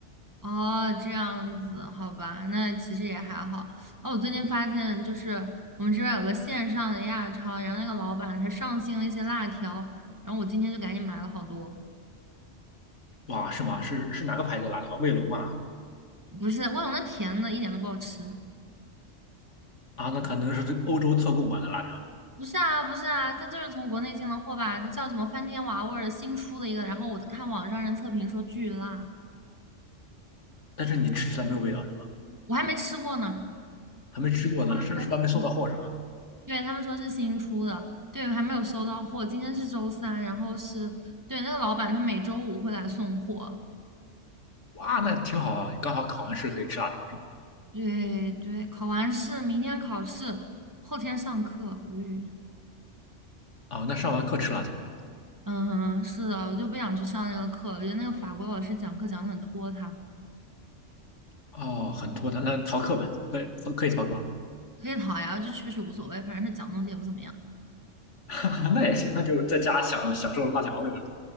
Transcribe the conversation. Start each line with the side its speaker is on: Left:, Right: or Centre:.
Right: 哦，这样子，好吧，那其实也还好。哦，我最近发现，就是我们这边有个线上的亚超，然后那个老板他上新了一些辣条，然后我今天就赶紧买了好多。
Left: 哇，是吗？是是哪个牌子的辣条？卫龙啊？
Right: 不是，我有那甜的一点都不好吃。
Left: 啊，那可能是这个欧洲特供版的辣条，
Right: 不是啊，不是啊，他就是从国内进的货吧？那叫什么翻天娃味儿的新出的一个，然后我看网上人测评说巨辣，
Left: 但是你吃起来没有味道是吗？
Right: 我还没吃过呢。
Left: 还没吃过呢，
Right: 他们说
Left: 是是吧？没收到货是吧？
Right: 对，他们说是新出的，对，还没有收到货。今天是周三，然后是，对，那个老板他每周五会来送货。
Left: 哇，那挺好啊，刚好考完试可以吃辣条
Right: 对对，考完试，明天考试，后天上课，无语。
Left: 啊、那上完课吃辣条呗。
Right: 嗯哼，是的，我就不想去上那个课了，我觉得那个法国老师讲课讲得很拖沓，
Left: 哦，很拖沓，那逃课呗，可以可以逃课，
Right: 可以逃呀，就去不去无所谓，反正他讲东西也不怎么样。
Left: <laughs> 那也行，那就在家享享受辣条呗。